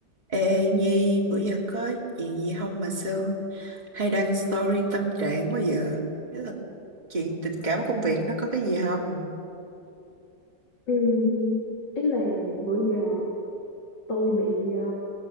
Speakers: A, on the right (about 25°); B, on the left (about 85°).
A: Ê Nhi, bữa giờ có chuyện gì không mà Sương hay đăng story tâm trạng quá giờ? Thế là chuyện tình cảm công việc nó có cái gì không?
B: Ừm, ý là bữa giờ tôi bị ờ,